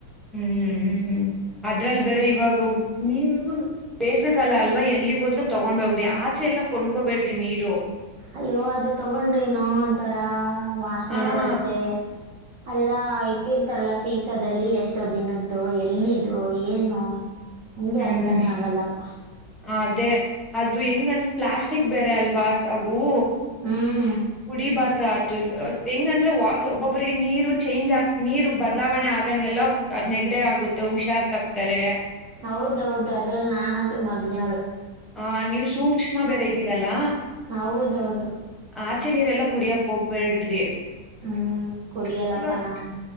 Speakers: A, in the centre; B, on the right.
A: ಹ್ಮ್ ಹ್ಮ್ ಅದ್ರಲ್ಲಿ ಬೇರೆ ಇವಾಗ ನೀರು ಬೇಸಗೆಗಾಲ ಅಲ್ವಾ ಎಲ್ಲಿಗ ಹೋದ್ರೂ ತಗೊಂಡ್ ಹೋಗ್ರಿ ಆಚೆ ಎಲ್ಲ ಕೊಂಡ್ಕೊಬೇಡ್ರಿ ನೀರು.
B: ಅಯ್ಯೋ ಅದು ತಗೊಂಡ್ರನೋ ಅಂತಾರ ವಾಸನೆ
A: ಹ್ಮ್
B: ಬರುತ್ತೆ ಅದೆಲ್ಲಾ ಇಟ್ಟಿರ್ತಾರಲ್ಲ. ಸೀಸಾದಲ್ಲಿ ಎಷ್ಟೋ ದಿನದ್ದು ಎಲ್ಲಿ ಇದು ಏನು ಒಂದು
A: ಹ್ಮ್
B: ಅರ್ಥನೇ ಆಗಲ್ಲಪ್ಪ.
A: ಅದೇ ಅದು ಹೆಂಗಂದ್ರೆ ಪ್ಲಾಸ್ಟಿಕ್ ಬೇರೆ ಅಲ್ವಾ <inaudible> ಊ
B: ಹ್ಮ್
A: ಕುಡಿಬಾರ್ದ ಅ ಹೆಂಗಂದ್ರೆ ಒಬ್ಬೊಬ್ರಿಗೆ ನೀರು ಚೇಂಜ್ ಆ ನೀರು ಬದಲಾವಣೆ ಆದಂಗೆಲ್ಲ ಅದ್ ನೆಗಡೆ ಆಗುತ್ತೆ ಹುಷಾರ್ ತಪ್ತಾರೆ.
B: ಹೌದೌದು ಅದ್ರಲ್ಲಿ ನಾನಂತ್ರು ಮೊದ್ನವಳು.
A: ಹ ನೀವು ಸೂ ಸೂಕ್ಷ್ಮ ಬೇರೆ ಇದ್ದೀರಲ್ಲ
B: ಹೌದೌದು
A: ಆಚೆ ನೀರೆಲ್ಲ ಕುಡಿಯಕ್ ಹೋಗ್ಬೇಡ್ರಿ
B: ಹ್ಮ್ ಕುಡಿಯಲಪ್ಪ
A: ಇವಾಗ
B: ನಾನು